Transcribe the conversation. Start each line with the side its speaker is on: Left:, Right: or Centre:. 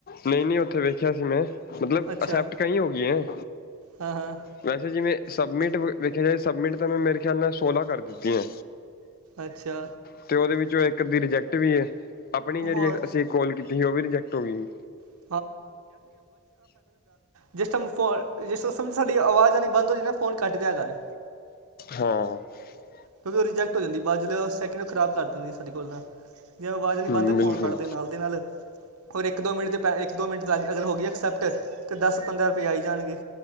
Left: ਨਹੀਂ -ਨਹੀਂ ਉੱਥੇ ਵੇਖਿਆ ਸੀ ਮੈਂ, ਮਤਲਬ
Right: ਅੱਛਾ
Left: ਅਕਸੈਪਟ ਕਈ ਹੋ ਗਈਆ ਐ।
Right: ਹਾਂ ਹਾਂ
Left: ਵੈਸੇ ਜਿਵੇਂ ਸਬਮਿਟ ਵੇਖਿਆ ਜਾਏ, ਸਬਮਿਟ ਤਾਂ ਮੈਂ ਮੇਰੇ ਖਿਆਲ ਨਾਲ, ਸੋਲਾਂ ਕਰ ਦਿੱਤੀਆ
Right: ਅੱਛਾ।
Left: ਅਤੇ ਉਹਦੇ ਵਿੱਚੋਂ, ਇੱਕ ਅੱਧੀ ਰਿਜੈਕਟ ਵੀ ਏ, ਆਪਣੀ ਜਿਹੜੀ
Right: ਹੋਰ
Left: ਅਸੀਂ ਕੋਲ ਕੀਤੀ ਸੀ, ਉਹ ਵੀ ਰਿਜੈਕਟ ਹੋ ਗਈ।
Right: <unintelligible> <inaudible> ਜਿਸ ਟਾਈਮ, ਸਾਡੀ ਆਵਾਜ਼ ਆਉਣੀ ਬੰਦ ਹੋ ਜਾਏ, ਨਾ ਫੋਨ ਕੱਟ ਦਿਆ ਕਰ।
Left: ਹਾਂ। <unintelligible> <unintelligible>
Right: ਕਿਉਂਕਿ, ਉਹ ਰਿਜਕਟ ਹੋ ਜਾਂਦੀ, ਬਾਅਦ ਜਦੋਂ ਉਹ ਸੈਕਿੰਡ, ਉਹ ਖਰਾਬ ਕਰਦੇ ਸਾਡੀਆਂ, ਕੋਲਾ ਤਾਂ ਜਦੋ, ਆਵਾਜ਼ ਆਨੀ
Left: ਹੂੰ
Right: ਬੰਦ ਹੋਂ ਜਾਏ,
Left: ਬਿਲਕੁਲ।
Right: ਫੋਨ ਕੱਢਦੇ ਨਾਲ ਦੇ ਨਾਲ ਹੋਰ, ਇੱਕ ਦੋ ਮਿੰਟ ਚ ' ਪੈਹੇ ਚ ਇੱਕ ਦੋ ਮਿੰਟ ਚ ਅਗਰ ਹੋ ਗਈ ਅਕਸੈਪਟ, ਤਾਂ ਦਸ -ਪੰਦਰਾਂ ਰੁਪਏ, ਆਈ ਜਾਣਗੇ